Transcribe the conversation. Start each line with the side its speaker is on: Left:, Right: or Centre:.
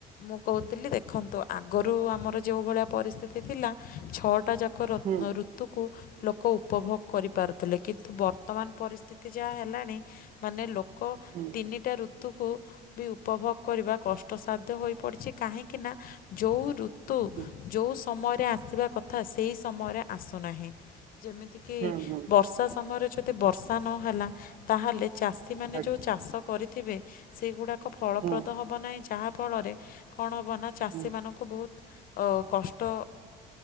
Left: ମୁଁ କହୁଥିଲି ଦେଖନ୍ତୁ ଆ ଗରୁ ଆମର ଯେଉଭଳିଆ ପରିସ୍ତିତି ଥିଲା ଛଅଟା ଯାକ ରତ୍
Right: ହୁଁ
Left: ନ ଋ ତୁକୁ ଲୋକ ଉପଭୋଗ କରିପାରୁଥିଲେ କିନ୍ତୁ ବର୍ତ୍ତମାନ ପରିସ୍ତିତି ଯାହା ହେଲାଣି ମାନେ ଲୋକ
Right: ହୁଁ
Left: ତିନିଟା ଋତୁକୁ ବି ଉପଭୋଗ କରିବା କଷ୍ ଟସାଧ୍ୟ ହୋଇପଡିଛି କାହିଁକି ନା ଯୋଉ ଋତୁ
Right: ହୁଁ
Left: ଯୋଉ ସ ଅମୟରେ ଆସିବା କଥା ସେଇ ସମୟରେ ଆସୁନାହିଁ ଯେମିତି କି
Right: ହୁଁ ହୁଁ
Left: ବର୍ଷା ସମୟରେ ଯଦି ବର୍ଷା ନହେଲା ତାହେଲେ ଚାଷୀମାନେ
Right: ଆଜ୍ଞା
Left: ଯୋଉ ଚାଷ କରିଥିବେ ସେଇଗୁଡାକ ଫଳପ୍ରଦ
Right: ହୁଁ
Left: ହବ ନାହିଁ ଯାହାଫଳରେ କଣ ହବ ନା ଚାଷୀମାନଙ୍କୁ
Right: ହୁଁ
Left: ବୋହୁତ ଅଉ କଷ୍ଟ